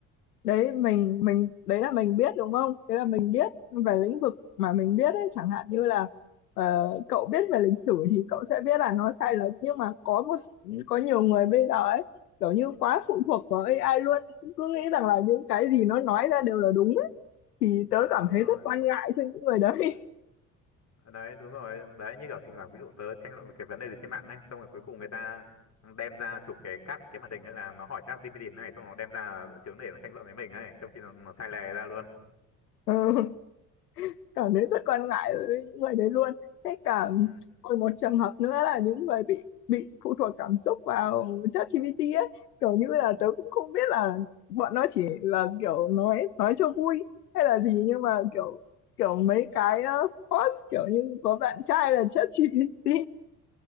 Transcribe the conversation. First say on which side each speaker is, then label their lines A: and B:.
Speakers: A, on the left; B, on the left.
A: đấy mình mình đấy là mình biết đúng không đấy là mình biết về lĩnh vực mà mình biết ấy chẳng hạn như là ờ, cậu biết về lịch sử thì cậu sẽ biết là nó sai lệch nhưng mà có một có nhiều người bây giờ ấy kiểu như quá phụ thuộc vào AI luôn cứ nghĩ rằng là những cái gì nó nói ra đều là đúng ấy. thì tớ
B: Ờ,
A: cảm
B: đúng
A: thấy
B: rồi
A: rất quan ngại cho những người đấy
B: đấy đúng rồi đấy như kiểu thỉnh thoảng ví dụ tớ tranh luận một cái vấn đề gì trên mạng ấy xong rồi cuối cùng người ta đem ra chụp cái cắt cái màn hình ấy là nó hỏi chat GPT này xong nó đem ra dẫn chứng để nó tranh luận với mình ấy trong khi nó, nó sai lè ra luôn
A: <laughs> cảm thấy rất quan ngại với những người đấy luôn thế cả
B: ừ.
A: còn một trường hợp nữa là những người bị bị phụ thuộc cảm xúc vào ChatGPT ấy kiểu như là tớ cũng không biết là bọn nó chỉ là kiểu nói nói cho vui hay là gì nhưng mà kiểu kiểu mấy cái ờ, post kiểu như có bạn trai là ChatGPT